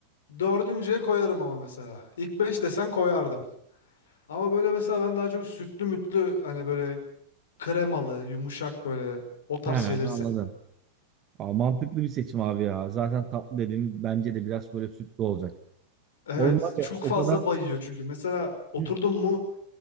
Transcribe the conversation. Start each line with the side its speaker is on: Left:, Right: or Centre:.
Left: Dördüncüye koyarım ama mesela. İlk beş desen koyardım. Ama böyle mesela ben daha çok sütlü mütlü hani böyle kremalı, yumuşak böyle o tarz
Right: He anladım.
Left: şeyleri seviyorum.
Right: Aa, mantıklı bir seçim abi ya. Zaten tatlı dedim bence de biraz böyle sütlü olacak.
Left: Evet,
Right: Oğlum var ya
Left: çok
Right: o
Left: fazla
Right: kadar
Left: bayıyor çünkü. Mesela oturdun
Right: Hı.
Left: mu